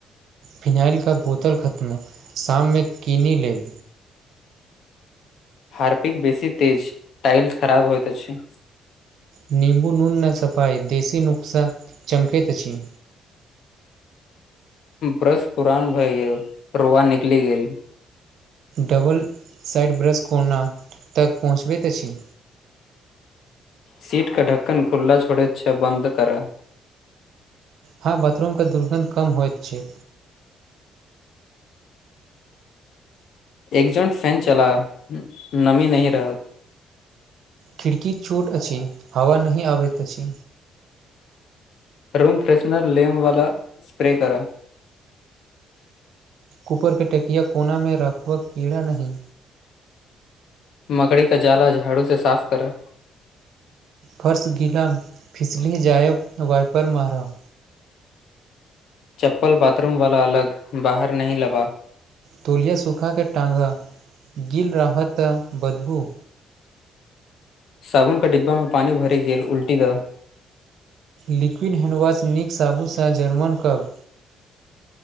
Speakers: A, on the right; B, on the left.
A: फिनाइल कऽ बोतल खत्म शाममे कनि लेब
B: हार्पिक बेसी तेज इलस खराब होइत छै।
A: नीमबू नून मे सफाय देसी नुस्खा चमकैतैत अछि
B: ब्रश पुरान भए गेल रुआ निकलि गेलऽ
A: डबल साइड ब्रश कोना तक पहुँचबैत अछि।
B: सीट कऽ ढक्कन खुलला छोड़ै छै बन्द करा
A: हँ बाथरूम के दुर्गन्ध कम होइत छै।
B: एक जट फैन चला नमी नही रहत।
A: खिड़कि चोट अछि हवा नहि आबैत अछि।
B: रूम फ्रेशनर लेम वाला स्प्रे करा।
A: कूपरके टकिया कोना मे रखबाक कऽ कीड़ा नहि
B: मकड़ी का जाला झाड़ू से साफ कर
A: फर्श गीला फिसली जायब वाइपर मारब
B: चप्पल बाथरूम वाला अलग बाहर नी लबा।
A: तोलिया सूखा के टाँग गल रहऽ तऽ बदबू
B: साबुन के डिब्बा मे पानी भरि गेल उल्टी दही
A: लिक्विड हैणडवाश नीक साबुनसँ जर्मन करब।